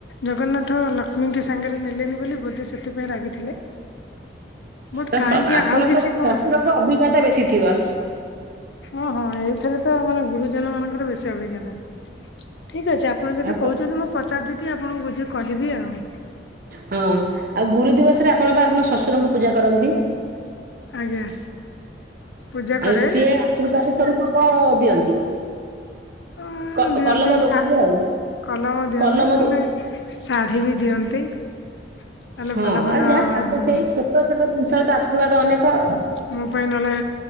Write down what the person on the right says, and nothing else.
ତ
ସ ଆପଣଙ୍କ
ଶଶୁରଙ୍କ ଅଭିଜ୍ଞତା ବେଶୀ ଥିବ।
ଆଉ
ହଁ ଆଉ ଗୁରୁ ଦିବସରେ ଆପଣ ବା ଆପଣ ଶଶୁରଙ୍କୁ ପୂଜା କରନ୍ତି।
ଆଉ ସିଏ ଆଶୀର୍ବାଦ ସ୍ୱରୂପ କଣ ଦିଅନ୍ତି।
କ
କଲମ ଦଉଥିବେ
ଆଉ
କଲମ
ଦଉଥିବେ
ହଁ
ଆ
ଯାହା ତାଙ୍କ
ସେଇ ଛୋଟ ଛୋଟ ଜିନିଷର ତ ଆଶୀର୍ବାଦ ଅନେକ।